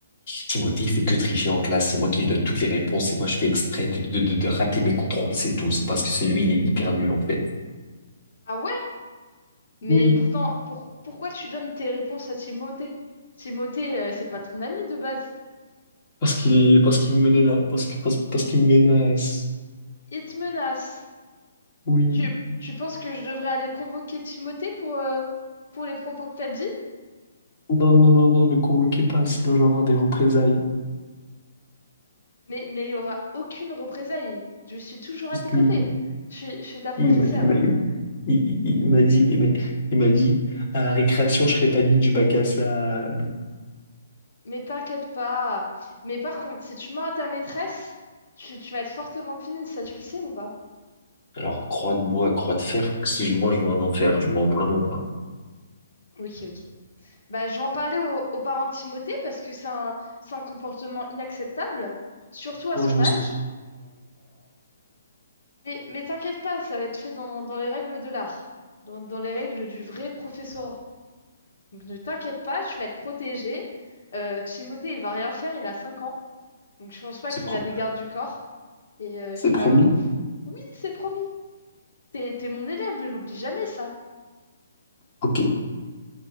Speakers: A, on the left; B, on the left.
A: Timothée, il fait que tricher en classe. C'est moi qui lui donne toutes les réponses. Et moi, je fais exprès de, de, de, de rater mes contrôles. C'est tout. C'est parce que c'est lui, il est hyper nul, en fait.
B: Ah ouais? Mais
A: Oui,
B: pourtant, pour, pourquoi tu donnes tes réponses à Timothée? Timothée, euh, c'est pas ton ami de base.
A: parce qu'il est, parce qu'il me menace. Parce que, parce, parce qu'il me menace.
B: Il te menace.
A: Oui.
B: Tu, tu penses que je devrais aller convoquer Timothée pour, euh, pour les propos que t'as dit?
A: Non, non, non, non, le convoquez pas, sinon je vais avoir des représailles.
B: Mais, mais il n'y aura aucune représailles. Je suis toujours à tes
A: Si,
B: côtés. Je, suis- je suis ta professeure.
A: Il m'a il m'a- il- il- il- il m'a dit, il m'a il m'a dit, à la récréation, je serais pas dit du bac à sable.
B: Mais t'inquiète pas. Mais par contre, si tu mens à ta maîtresse, tu, tu vas être fortement punie, ça tu le sais ou pas?
A: Alors, croix de bois, croix de fer, si je mange, je vais en enfer. Je mens vraiment pas.
B: Ok, ok. Bah, je vais en parler aux, aux parents de Timothée parce que c'est un, c'est un comportement inacceptable, surtout à
A: Non,
B: son
A: je-
B: âge. Mais, mais t'inquiète pas, ça va être fait dans, dans les règles de l'art, dans, dans les règles du vrai professorat. Donc ne t'inquiète pas, tu vas être protégé. Euh, Timothée, il va rien faire, il a 5 ans. Donc je pense pas
A: C'est
B: qu'il
A: pro-
B: a des gardes du corps et euh,
A: c'est
B: qu'il
A: promis?
B: va vraiment... Oui, c'est promis. T'es, t'es mon élève, ne l'oublie jamais ça.
A: Ok,